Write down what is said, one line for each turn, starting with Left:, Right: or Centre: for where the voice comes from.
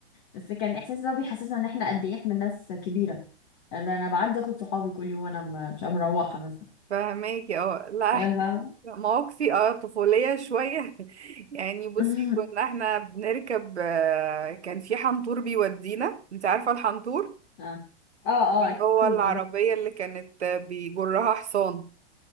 Left: بس كان احساس ده بيحسسنا ان احنا قد ايه احنا ناس كبيرة انا أنا بعدي اخد صحابي كل يوم وانا م- مش مروحة مثلا
Right: فهماكي اه لا
Left: فاهمة
Right: احنا <laughs> مواقفي اه طفولية شوية <laughs> يعني بصي
Left: <laughs>
Right: كنا احنا بنركب آه، كان في حنطور بيودينا انت عارفة الحنطور
Left: اه اه اه
Right: اللي
Left: اكيد
Right: هو العربية
Left: اه
Right: اللي كانت آه، بيجرها حصان